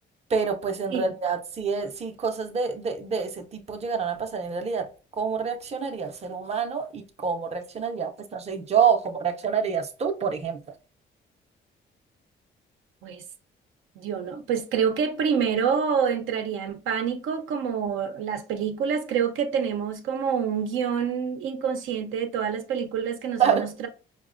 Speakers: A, on the right; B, on the right.
A: Pero pues en
B: Sí,
A: realidad, si, e- si cosas de, de, de ese tipo llegaran a pasar en realidad, ¿cómo reaccionaría el ser humano y cómo reaccionaría, pues no sé, yo, cómo reaccionarías tú, por ejemplo?
B: pues yo no, pues creo que primero entraría en pánico como las películas, creo que tenemos como un guión inconsciente de todas las películas que nos
A: Claro,
B: han mostrado